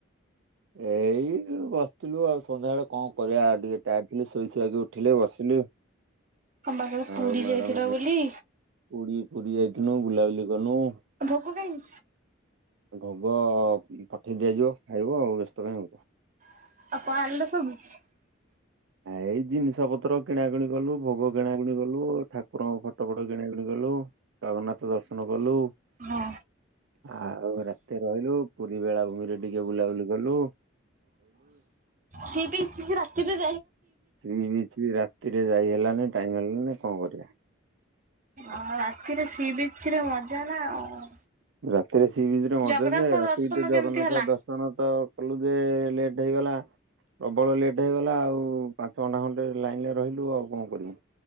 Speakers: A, on the right (about 65°); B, on the right (about 40°).
A: ଏଇ ବସି ଥିଲୁ ଆଉ ସନ୍ଧ୍ୟା ବେଳେ କଣ କରିବା ଟିକେ ଟାଇଡ ଥିଲି ଶୋଇ ଶୁଆକି ଉଠିଲି ବସିଲି
B: ଅମ୍ବା କହିଲ ପୁରୀ
A: ଆଉ ମ୍ୟାଡାମ
B: ଯାଇଥିଲ ବୁଲି?
A: ପୁରୀ ପୁରୀ ଯାଇଥିନୁ ବୁଲାବୁଲି କନୁ ।
B: କଁ ପାଇଁ?
A: ଭୋଗ ପଠେଇ ଦିଆ ଯିବ ଖାଇବ ଆଉ ବ୍ୟସ୍ତ କାହିଁ ହୋଉଚ?
B: <unintelligible>
A: ଏଇ ଜିନିଷ ପତ୍ର କିଣାକିଣି କଲୁ ଭୋଗ କିଣାକିଣି କଲୁ ଠାକୁରଙ୍କ ଫଟୋ ଫଟ କିଣାକିଣି କଲୁ ଜଗନ୍ନାଥ ଦର୍ଶନ କଲୁ ।
B: ହଁ।
A: ଆଉ ରାତି ରହିଲୁ ପୁରୀ ବେଳାଭୂମିରେ ଟିକେ ବୁଲାବୁଲି କଲୁ ।
B: ସେ ବି <unintelligible> ରାତିରେ ।
A: ଶ୍ରୀ ବିଚ ରାତିରେ ଯାଇ ହେଲାନି ଟାଇମ ହେଲାନି କଣ କରିବା?
B: ଅ ରାତିରେ ସି ବିଚରେ ମଜା ନା ଆଉ।
A: ରାତିରେ ସି ବିଚ୍ ରେ ମଜା
B: ଜଗନ୍ନାଥ
A: ଯେ ରାତି
B: ଦର୍ଶନ
A: ଭିତରେ ଜଗନ୍ନାଥ
B: କେମିତି ହେଲା?
A: ଦର୍ଶନ ତ କଲୁ ଯେ ଲେଟ ହେଇଗଲା ପ୍ରବଳ ଲେଟ ହେଇଗଲା ଆଉ ପାଞ୍ଚ ଘଣ୍ଟା ଖଣ୍ଡେ ଲାଇନରେ ରହିଲୁ ଆଉ କଣ କରିବୁ?